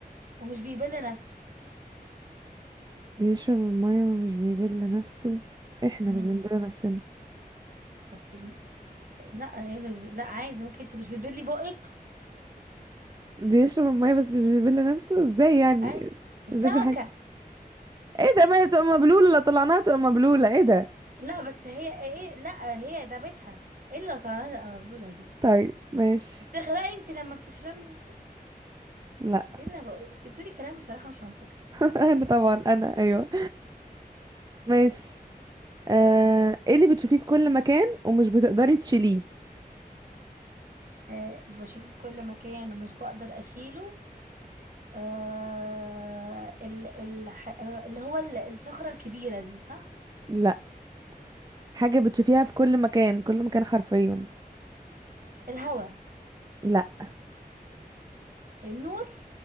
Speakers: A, on the right; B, on the right.
A: ومش بيبل نفسه
B: بيشرب المية ومش بيبل نفسه احنا
A: امم
B: مش بنبل نفسنا
A: بس ب... لا يعني لا عادي ممكن انت مش بتبلي بقك
B: بيشرب المية بس مش بيبل نفسه ازاي يعني
A: اي السمكه
B: ازاي في ايه ده ما هي تبقى مبلولة لو طلعناها تبقى مبلولة ايه ده
A: لا بس هي ايه إيه، لا هي ده بيتها الا لو طلعنا تبقى مبلوله دي
B: طيب ماشي
A: بتغرقي انت لما بتشربي مثلا
B: لا
A: الا بقول انت بتقولي كلام بصراحه مش منطقي
B: <laughs>
A: لا
B: انا
A: لا
B: طبعا انا ايوه ماشي آه...
A: دورك
B: ايه اللي بتشوفيه في كل مكان ومش بتقدري تشيليه
A: أه بشوفه في كل مكان ومش بقدر اشيله آه ال ال اللي هو ال- الصخرة الكبيرة دي صح؟
B: لا حاجة بتشوفيها في كل مكان كل مكان حرفيا
A: الهوا
B: لا
A: النور